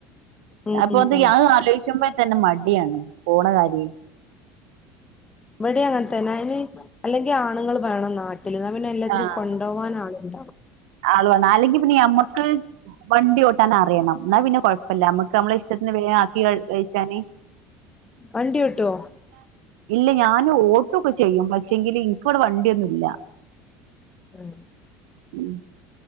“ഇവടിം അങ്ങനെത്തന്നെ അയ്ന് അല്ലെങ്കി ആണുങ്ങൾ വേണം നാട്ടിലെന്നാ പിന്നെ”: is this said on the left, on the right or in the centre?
Left